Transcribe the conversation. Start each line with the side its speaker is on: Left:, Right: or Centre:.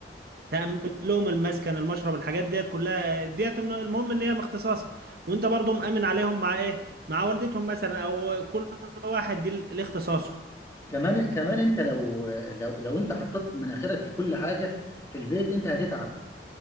Right: تأمن لهم المسكن المشرب الحاجات ديت كلها ديت الم- المهم ان هي مختصاصة وانت برضو مأمن عليهم مع ايه مع والدتهم مثلا او كل واحد دي ال- الاختصاصه
Left: كمان كمان انت لو لو لو انت حطيت مناخيرك في كل حاجه في البيت انت هتتعب